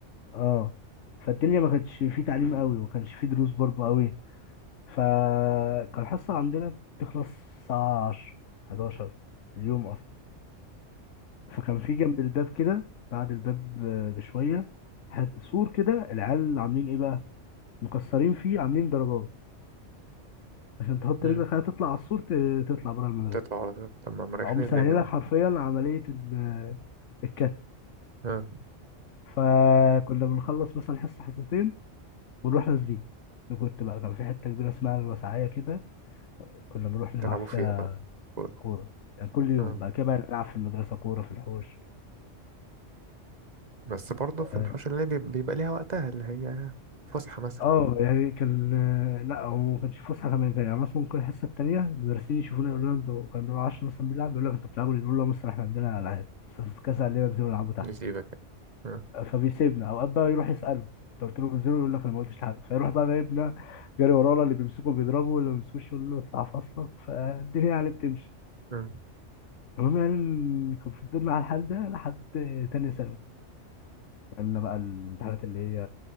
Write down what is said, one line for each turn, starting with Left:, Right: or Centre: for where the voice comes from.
Left: اه فالدنيا ما كانش فيه تعليم قوي وما كانش فيه دروس برضو قوي فكان الحصه عندنا بتخلص الساعه 10 11 اليوم اصلا فكان في جنب الباب كده بعد الباب آه، بشويه حت- سور كده العيال عاملين ايه بقى مكسرين فيه عاملين درجات عشان تحط
Right: مم.
Left: رجلك خلاص تطلع على السور ت- تطلع بره المدرسة
Right: تطلع على طول طب ما مريحين
Left: أو مسهلة
Right: الدنيا اهو
Left: لك حرفيا عملية ال- الكت
Right: ها
Left: فكنا بنخلص مثلا حصة حصتين ونروح نازلين أنا كنت بقى كان في حتة كبيرة اسمها الوسعية كده كنا بنروح نلعب
Right: تلعبوا
Left: فيها
Right: فيها بقى كورة
Left: كورة يعني كل يوم
Right: ها
Left: بعد كده بقى نلعب في المدرسة كورة في الحوش
Right: بس برضه
Left: اه
Right: في الحوش اللي بي- بيبقى ليها وقتها اللي هي فسحة مثلا
Left: آه، يعني كان آه، لا هو ما كانش فسحة كمان كان يعني مثلا ممكن الحصة التانية المدرسين يشوفونا يقولوا لنا انتوا كانوا بنبقى 10 مثلا بيلعب يقول لك انتوا بتلعبوا ليه؟ نقول لهم مثلا احنا عندنا ألعاب بس كاس علينا ننزلوا نلعبوا
Right: نسيبك ها
Left: فبيسيبنا اوقات بقى يروح يساله انت قلت له بنزله يقول لك انا ما قلتش لحد فيروح بقى جايبنا جري ورانا اللي بيمسكه بيضربه واللي ما بيمسكوش يقول له اطلع فصلك فالدنيا يعني بتمشي
Right: ها
Left: المهم يعني إن كان فضلنا على الحال ده لحد تانية ثانوي قالنا بقى الامتحانات اللي هي